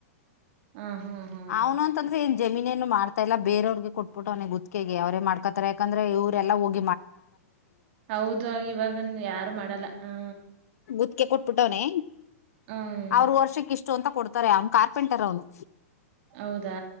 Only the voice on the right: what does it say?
ಹಾ ಹಾ ಹಾ
ಹೌದು ಇವಾಗನ್ ಯಾರು ಮಾಡಲ್ಲ ಹ್ಮ.
ಹ್ಮ್
ಹೌದಾ